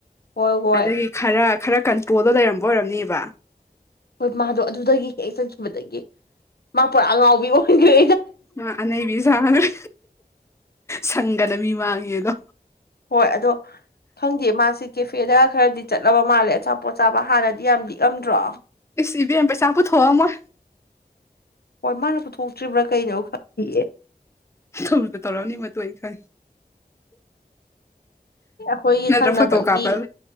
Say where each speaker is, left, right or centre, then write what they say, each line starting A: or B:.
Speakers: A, on the left (about 75°); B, on the left (about 15°).
A: ꯍꯣꯏ ꯍꯣꯏ
B: ꯑꯗꯨꯗꯒꯤ ꯈꯔ ꯈꯔ ꯀꯟꯇ꯭ꯔꯣꯜꯗ ꯂꯩꯔꯝꯕ ꯑꯣꯏꯔꯝꯅꯦꯕ
A: ꯍꯣꯏ ꯃꯥꯗꯣ ꯑꯗꯨꯗꯒꯤ ꯍꯦꯛꯦꯛ ꯆꯪꯈꯤꯕꯗꯒꯤ ꯃꯥ ꯄꯨꯔꯥ ꯑꯉꯥꯎꯕꯤ ꯑꯣꯏꯈ꯭ꯔꯦ
B: ꯑ ꯑꯅꯩꯕꯤ ꯁꯥꯈ꯭ꯔꯦ ꯁꯪꯒꯅ ꯃꯤ ꯃꯥꯡꯉꯦ ꯑꯗꯣ
A: ꯍꯣꯏ ꯑꯗꯣ ꯈꯪꯗꯦ ꯃꯥꯁꯤꯦ ꯀꯦꯐꯦꯗ ꯈꯔꯗꯤ ꯆꯠꯂꯕ ꯃꯥꯜꯂꯦ ꯑꯆꯥꯄꯣꯠ ꯆꯆꯥꯕ ꯍꯥꯟꯅꯗꯤ ꯌꯥꯝ ꯂꯤꯛꯑꯝꯗ꯭ꯔꯣ
B: ꯁꯤꯕꯤ ꯑꯦꯝ ꯄꯩꯁꯥ ꯍꯥꯨ ꯊ ꯃ
A: ꯍꯣꯏ ꯃꯥꯅ ꯄꯨꯊꯣꯛꯇ꯭ꯔꯤꯕ꯭ꯔꯥ ꯀꯩꯅꯣ ꯈꯪ
B: ꯊꯛꯇ ꯇꯧꯔꯑꯅꯤ ꯃ ꯑꯩ ꯈꯥꯏ
A: ꯑꯩꯈꯣꯏꯒꯤ
B: ꯅꯠꯇ꯭ꯔ
A: ꯊꯪꯅꯕꯒꯤ
B: ꯐꯣꯇꯣ ꯀꯥꯞꯄꯒ